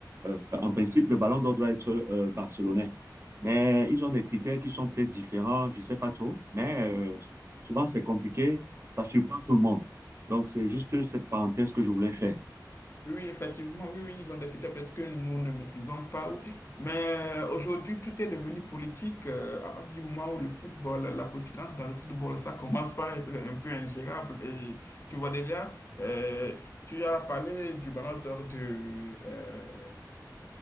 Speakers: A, on the right (about 40°); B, on the left (about 35°).
A: euh, en principe, le ballon d'or doit être euh, barcelonais. Mais ils ont des critères qui sont peut-être différents, je ne sais pas trop. Mais euh, souvent, c'est compliqué, ça surprend tout le monde. Donc, c'est juste cette parenthèse que je voulais faire.
B: Oui, oui, effectivement, oui, oui, ils ont des critères peut-être que nous ne maîtrisons pas. ou- Mais euh, aujourd'hui, tout est devenu politique. euh, À partir du moment où le football, la politique entre dans le football, ça commence par être un peu ingérable. Et tu vois déjà, euh, tu as parlé du ballon d'or de euh,